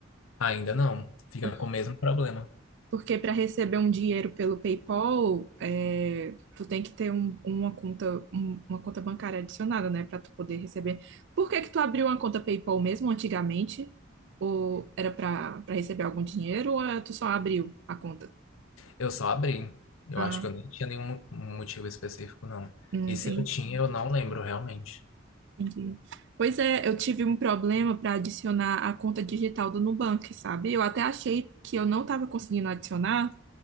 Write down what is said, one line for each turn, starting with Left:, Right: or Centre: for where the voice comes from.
Left: Ainda não. Fica
Right: Por-
Left: com o mesmo problema.
Right: Porque para receber um dinheiro pelo PayPal, é, tu tem que ter um- uma conta, um- uma conta bancária adicionada, né, para tu poder receber. Por que que tu abriu uma conta PayPal mesmo antigamente? Ou era para para receber algum dinheiro ou é, tu só abriu a conta?
Left: Eu só abri. Eu
Right: Ah,
Left: acho que eu nem tinha nenhum motivo específico, não.
Right: hum,
Left: E
Right: entendi.
Left: se eu tinha, eu não lembro realmente.
Right: Entendi. Pois é, eu tive um problema para adicionar a conta digital do Nubank, sabe? Eu até achei que eu não estava conseguindo adicionar